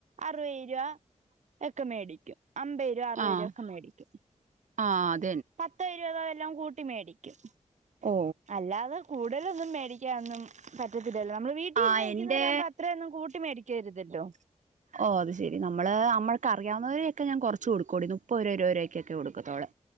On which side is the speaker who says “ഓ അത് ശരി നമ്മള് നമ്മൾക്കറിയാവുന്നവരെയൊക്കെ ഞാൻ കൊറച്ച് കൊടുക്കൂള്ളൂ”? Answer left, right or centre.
Right